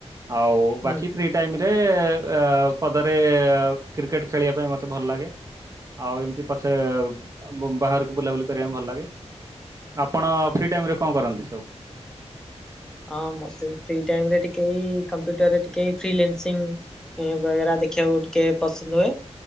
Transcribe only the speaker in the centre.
ହୁଁ
ହଁ ମତେ ଫ୍ରି ଟାଇମ ରେ ଟିକେ ଏଇ କମ୍ପି ଟାରେ ଟିକେ ଫ୍ରି ଲେନ୍ସିଂଇ ବଗେରା ଦେଖିବାକୁ ଟିକେ ପସନ୍ଦ ହୁଏ।